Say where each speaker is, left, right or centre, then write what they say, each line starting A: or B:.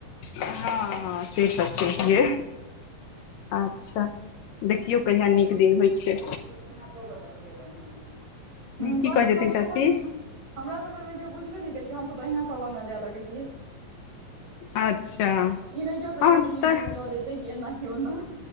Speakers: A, on the left (about 75°); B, on the right (about 50°).
A: हँ- हँ, से त छैहे, अच्छा! देखियौ कहिया नीक दिन होइत छै?
B: <unintelligible> ह
A: की
B: कह
A: कहै छथिन
B: ममी
A: चाची?
B: से कह छै। हमरा सभ बैर मे केओ बुझबे नहि केलकै, हम तऽ अहिना सब अङ्गनाय जै लगलियै।
A: अच्छा!
B: ई नहि को कलकै
A: हँ
B: जे निक
A: तऽ
B: दिन मे लऽ जैते, कि एना की ओन्ना।